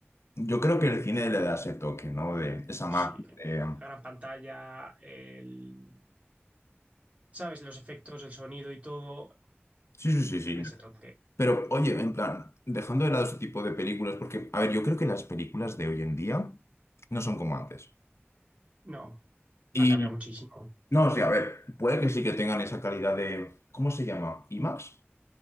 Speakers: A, on the left; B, on the right.
A: Yo creo que el cine le da ese toque, ¿no? De esa
B: Sí,
A: magia.
B: la
A: de- em,
B: gran pantalla, el... ¿Sabes? Los efectos, el sonido y todo.
A: Sí, sí, sí, sí.
B: Con ese toque.
A: Pero, oye, en plan, dejando de lado ese tipo de películas, porque, a ver, yo creo que las películas de hoy en día no son como antes.
B: No,
A: Y,
B: han cambiado muchísimo.
A: no, o sea, a ver, puede que sí que tengan esa calidad de, ¿cómo se llama? ¿IMAX?